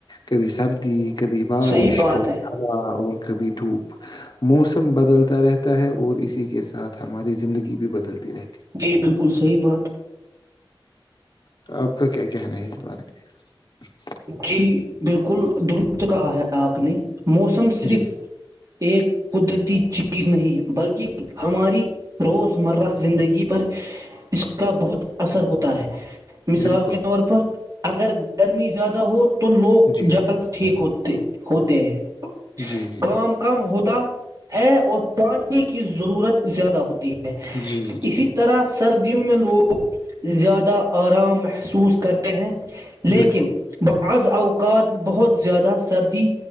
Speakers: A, on the left; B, on the right.
A: کبھی سبدی <unintelligible> کبھی بارش
B: صحیح بات
A: کبھی
B: ہے
A: ہوا اور <unintelligible> کبھی دھوپ موسم بدلتا رہتا ہے اور اسی کے ساتھ ہماری زندگی بھی بدلتی رہتی <unintelligible>
B: جی بالکل صحیح بات
A: تو آپ کا کیا کہنا ہے اس بارے میں؟ <unintelligible>
B: جی بالکل درست کہا ہے آپ نے <unintelligible> موسم
A: میں
B: صرف
A: جی
B: ایک قدرتی چیز نہیں ہے <unintelligible> بلکہ ہماری روزمرہ زندگی پر اس کا بہت اثر ہوتا ہے <unintelligible> مثال
A: بالکل
B: کے طور پر <unintelligible> اگر گرمی زیادہ بہت تو لوگ
A: جی
B: جلد ٹھیک ہوت ہوتے ہیں
A: جی جی
B: کام کم ہوتا ہے اور پچ پانی کی ضرورت زیادہ ہوتی ہے ہے
A: جی جی
B: اسی
A: جی
B: طرح سردی میںوگ ل زیادہ آرام محسوس کرتے ہیں لیکن
A: بالکل
B: بہت بعض اوقات بہت زیادہ سردی